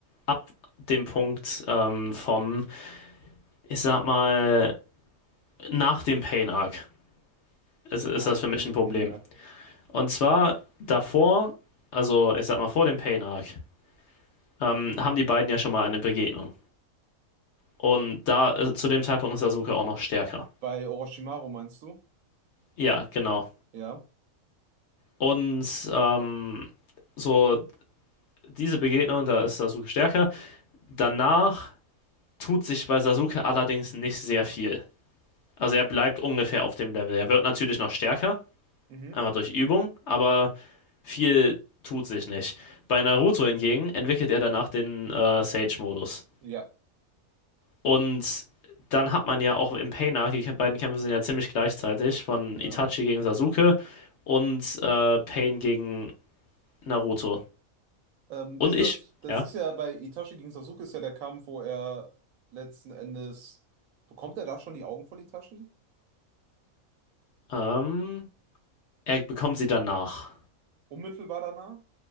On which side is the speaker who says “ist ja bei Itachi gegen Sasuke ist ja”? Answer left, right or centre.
Right